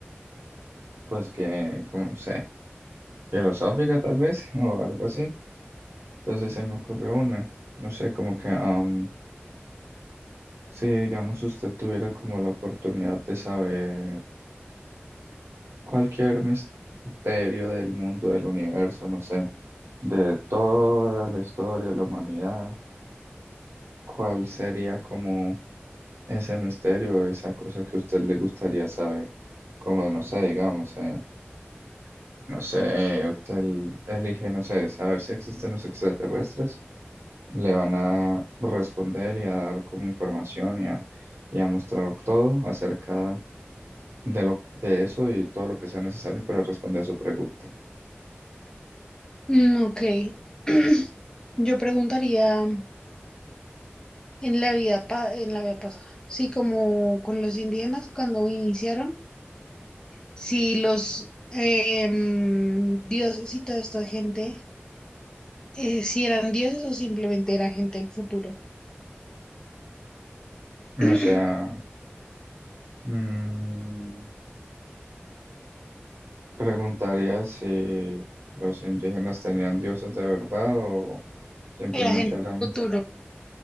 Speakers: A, on the right; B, on the left.
A: pues que, como no sé, filosófica tal vez, <laughs> o algo así. Entonces se me ocurrió una, no sé, como que, am, si digamos usted tuviera como la oportunidad de saber cualquier misterio del mundo, del universo, no sé, de toda la historia de la humanidad, ¿cuál sería como... ese misterio, esa cosa que a usted le gustaría saber, como no sé, digamos, eh, no sé, usted el- elige, no sé, saber si existen los extraterrestres, le van a responder y a dar como información y a, y a mostrar todo acerca de lo, de eso y todo lo que sea necesario para responder a su pregunta.
B: Mm, ok. <clears throat> Yo preguntaría en la vida pa- en la vida pasada, sí, como con los indígenas cuando iniciaron, si los em, dioses y toda esta gente, eh, si eran dioses o simplemente era gente del futuro.
A: O
B: <clears throat>
A: sea, mm, preguntaría si los indígenas tenían dioses de verdad o simplemente
B: Era gente
A: eran...
B: del futuro.